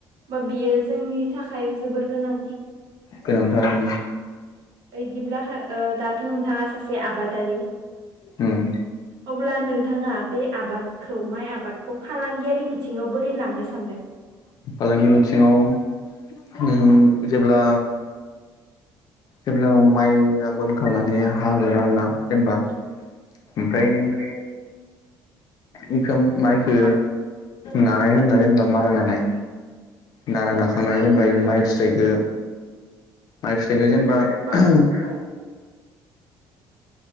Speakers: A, on the right; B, on the left.
A: बा बेयो जोंनि थाखाय जोबोद गोनांथि।
B: गोनांथार <unintelligible>
A: इयदिब्ला खा ओ दाथ' नोंथाङा सासे आबादारि।
B: ओम।
A: अब्ला नोंथाङा बे। आबादखौ माइ आबादखौ फालांगियारि बिथिङाव बोरै लांनो सानदो।
B: फालांगि बिथिङाव। उम जेब्ला जेब्ला <unintelligible> माइया मोनखांनानै हागोन आरोना जेनबा ओमफ्राय।
A: ओमफ्राय
B: इखोम
A: इखौ
B: माइखो।
A: मारै
B: नानाय होनना जेनबा मारा नानाय नारा नाखांनानै
A: मारा
B: जेनबा
A: जेनेबा
B: माइ फिथाइखो। माइ फिथाइखो जेनबा
A: फिथाइखौ जेनेबा
B: <unintelligible>
A: दैयाव